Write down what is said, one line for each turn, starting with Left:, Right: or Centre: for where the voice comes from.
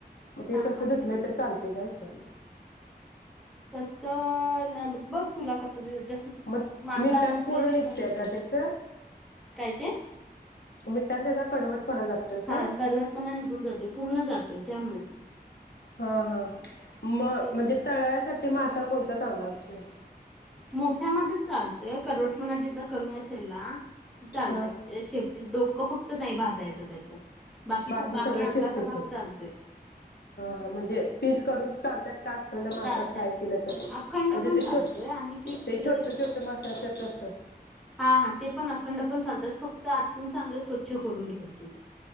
Left: म ते
Centre: हा
Left: तस
Centre: हा
Left: धुतलं तर चालतय विचारलं-
Centre: तस ना बघ तुला कस- जस
Left: मग
Centre: मासा
Left: मिठान
Centre: असेल
Left: पूर्ण
Centre: त्या हिशोबाने
Left: निघतंय
Centre: धू.
Left: का त्याचं?
Centre: काय ते?
Left: मिठान त्याचा कडवटपणा जातोय का?
Centre: हा कडवटपणा निघून जातो पूर्ण जातो त्यामुळे-
Left: हा हा म
Centre: मग ते
Left: म्हणजे तळायसाठी- मासा कोणता चांगला असतो?
Centre: मोठ्यामध्ये चालतोय कडवटपणा ज्याचा- कमी असेल ना ते चालत
Left: हा
Centre: त्ये शेप- डोकं फक्त नाही भाजायचं त्याचं.
Left: बाकी
Centre: खूप
Left: सगळे
Centre: अंगाचा
Left: शेपटी
Centre: भाग
Left: चय,
Centre: चालतोय
Left: हा-म्हणजे पीस करून- चालतात. <unintelligible> मासा
Centre: चालतच
Left: फ्राय केला तर म्हणजे
Centre: अखंड पण
Left: ते
Centre: चालतोय
Left: छोट,
Centre: आणि पीस केलं
Left: ते छोट
Centre: तरी
Left: छोट मास असत्यात तस
Centre: हा हा ते पण अखंड पण चालतात फक्त आतून चांगले स्वच्छ करून घ्यायचे ते.